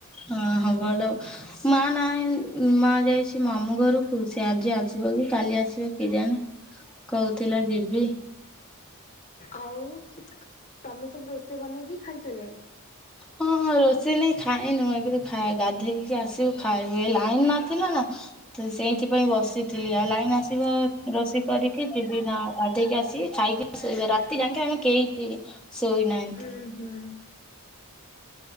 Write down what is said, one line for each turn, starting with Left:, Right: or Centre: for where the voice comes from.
Centre: ହଁ ହଁ ଭଲୁ। ମା ନାଇଁ ମା ଯାଇଚି ମାମୁଁ ଘରୁକୁ। ସେ ଆଜି ଆସିବ କି କାଲି ଆସିବ କି ଜାଣି। କହୁଥିଲା ଯିବି।
Left: ଆଉ ତମେ ସବୁ ରୋଷେଇ ବନେଇକି ଖାଇସାଇଲଣି?
Centre: ହଁ ରୋଷେଇ ନାଇଁ ଖାଇନୁ ଏବେ ଖା ଗାଧେଇକି ଆସିବୁ ଖାଇବୁ। ଏ ଲାଇନ ନଥିଲା ନା। ତ ସେଇଥିପାଇଁ ବସିଥିଲି ଆ ଲାଇନ୍ ଆସିବ ରୋଷେଇ କରିକି ଯିବି ନା ଗାଧେଇକି ଆସିକି ଖାଇକି ଶୋଇବା ରାତି ଯାକେ ଆମେ କେହି ଶୋଇନାହାନ୍ତି।
Left: ହୁଁ ହୁଁ।